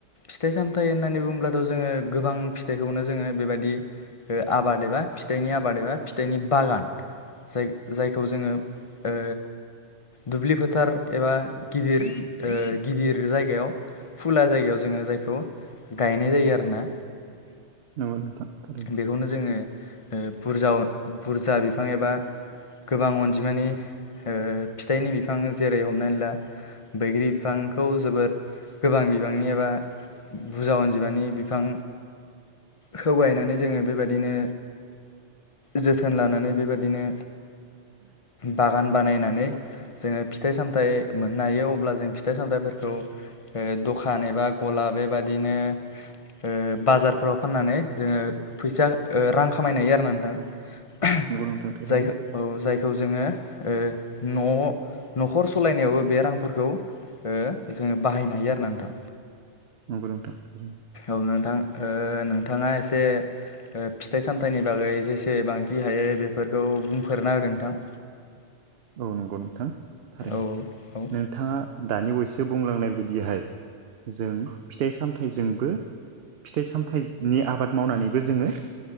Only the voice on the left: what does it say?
फिथाइ सामथाइ होननानै बुङोबथ' जोङो गोबां फिथाइखौनो जोङो बे बायदि ओ आबाद एबा फिथाइनि आबाद एबा फिथाइनि बागान। जाय जायखौ जोङो ओ दुब्लि फोथार एबा गिदिर गिदिर जायगायाव फुला जायगायाव जोङो जायखौ गायनाय जायो आरोना।
बेखौनो जोङो ओ बुरजा बुरजा बिफां एबा गोबां अनजिमानि ओ फिथाइनि बिफां जेरै हमनानै ला बैग्रि बिफांखौ जोबोर गोबां बिबांनि एबा बुरजा अनजिमानि बिफां खौ गायनानै जोङो बेबायदिनो जोथोन लानानै बेबायदिनो बागान बानायनानै जोङो फिथाइ सामथाइ मोननो हायो अब्ला जों फिथाइ सामथाइफोरखौ ओ दखान एबा गला बेबादिनो ओ बाजारफोराव फाननानै जोङो फैसा रां खामायनो हायो आरोना नोंथां।
जायखौ औ जायखौ जोङो ओ न' न'खर सालायनायावबो बे रांफोरखौ ओ जोङो बाहायनो हायो आरोना नोंथां।
औ नोंथां ओ नोंथाङा एसे ओ फिथाइ सामथाइनि बागै जेसेबांखि हायो बेफोरखौ बुंफोरनाहोदो नोंथां।
नोंथां औ औ औ